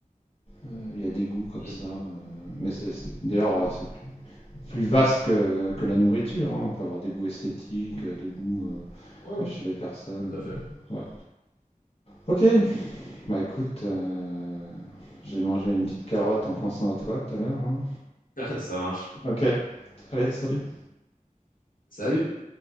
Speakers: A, on the left; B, on the left.
A: euh, il y a des goûts comme
B: Mm.
A: ça. euh, mais c'est c'est- d'ailleurs, euh, c'est plus, plus vaste que, que la nourriture. hein. On peut avoir des goûts esthétiques, euh, des goûts
B: Ouais, ouais,
A: euh, chez les personnes.
B: tout à fait.
A: euh, ouais. Ok, bah écoute, euh, j'ai mangé une petite carotte en pensant à toi tout à l'heure. hein.
B: <laughs> Ça marche.
A: Ok, allez, salut.
B: Salut.